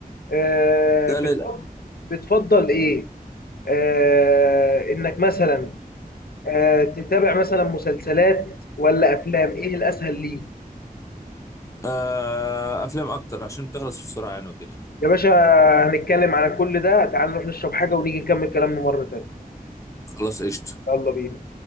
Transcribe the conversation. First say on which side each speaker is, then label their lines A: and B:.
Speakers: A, on the left (about 80°); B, on the left (about 20°).
A: آه،
B: ده
A: بتفضل
B: لل
A: بتفضل ايه آه، انك مثلا آه، تتابع مثلا مسلسلات ولا افلام ايه الاسهل ليك
B: آه افلام اكتر عشان بتخلص بسرعه يعني وكده
A: يا باشا هنتكلم عن كل ده تعال نروح نشرب حاجة ونيجي نكمل كلامنا مرة تانية
B: خلاص قشطه
A: يلا بينا